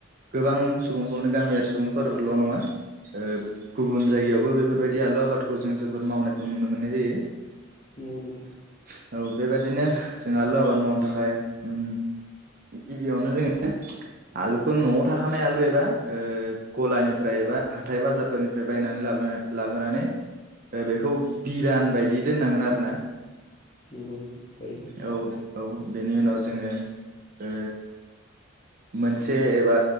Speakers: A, on the right; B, on the left.
A: गोबां सुबुंखौनो गामियारि सुबुंफोरल' नङा ओ गुबुन जायगायावबो बेफोरबायदि आलु आबादखौ जों जोबोद मावनायखौ नुनो मोननाय जायो।
B: नोंगौ नोंथां
A: औ बेबायदिनो जों आलु आबाद मावनो थाखाय उम गिबियावनो जोङो आलुखौ न'आव थाखानाय आलु एबा ओ गलानिफ्राय एबा हाथाय बाजारफोरनिफ्राय बायनानै लाबो लाबोनानै बेखौ बिदान बायदि दोननांगोन आरोना
B: नोंगौ नोंथां थारैनो
A: औ औ बेनि उनाव जोङो ओ मोनसे एबा